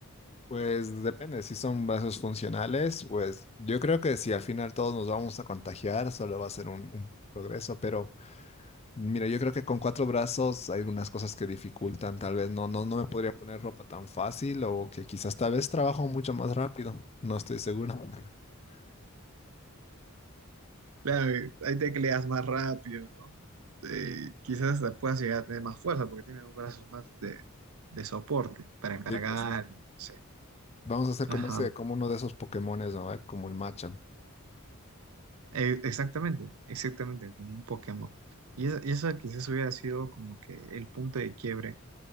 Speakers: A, on the left (about 30°); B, on the right (about 80°).
A: Pues depende, si son vasos funcionales, pues yo creo que si al final todos nos vamos a contagiar, solo va a ser un, un progreso, pero mira, yo creo que con cuatro brazos hay algunas cosas que dificultan, tal vez no, no, no me podría poner ropa tan fácil o que quizás tal vez trabajo mucho más rápido, no estoy seguro. <laughs>
B: Claro, ahí te cleas más rápido, ¿no? Eh, quizás hasta puedas llegar a tener más fuerza porque tienes dos brazos más de, de soporte para cargar
A: Sí, pues
B: y no sé.
A: vamos a hacer
B: Ajá,
A: como ese, como uno de esos Pokémones, ¿no? ¿Eh? Como el Machamp.
B: Eh, exactamente, exactamente, como un Pokémon. Y eso, y eso quizás hubiera sido como que el punto de quiebre